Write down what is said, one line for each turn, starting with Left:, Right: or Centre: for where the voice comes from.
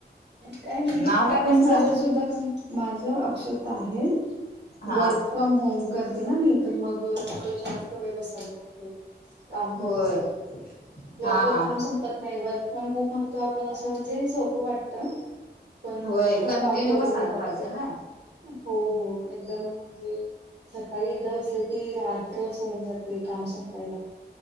Right: काही नाही
Left: नाव काय तुमचं
Right: तेच माझ्या सुद्धा काम. माझ अक्षता आहे
Left: हा
Right: वर्क. फ्रॉम होम करते ना मी तर मग थोड जास्त वेळ बसाव लागते. काम करत
Left: होय
Right: लवकर
Left: हा हा
Right: काम संप त नाही वर्क फ्रॉम होम म्हणतो आपण असं म्हणजे सोपं वाटत. पण
Left: होय
Right: खूप
Left: कंटिन्यू
Right: काम करून
Left: बसायला
Right: घेतात
Left: पाहिजे
Right: ते
Left: ना
Right: हो हो एकदम म्हणजे सकाळी एकदा बसल्या. की रात्रच होऊन जाते काम संपायला.